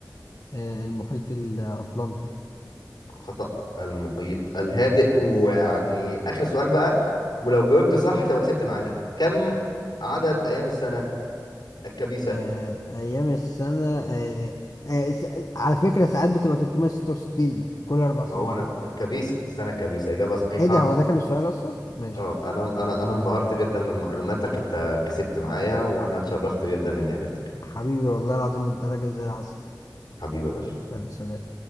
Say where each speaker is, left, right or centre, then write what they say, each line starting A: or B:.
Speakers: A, on the left; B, on the left.
A: آه المحيط الأطلنطي
B: خطأ المحيط الهادئ ويعني آخر سؤال بقى ولو جاوبته صح تبقى كسبت معانا كم عدد أيام السنة الكبيسة
A: آه أيام السنة آه آه س- على فكرة ساعات بتبقى 366 كل أربع
B: ما
A: سنين
B: هو أنا الكبيس السنة الكبيسة إجابة صحيحة
A: ايه ده هو ده كان السؤال اصلا ماشي
B: اه أنا أنا أنا انبهرت جدا من معلوماتك أنت كسبت معايا وأنا اتشرفت جدا إني عرفتك
A: حبيبي والله العظيم انت راجل زي العسل
B: حبيبي يا باشا
A: يلا سلام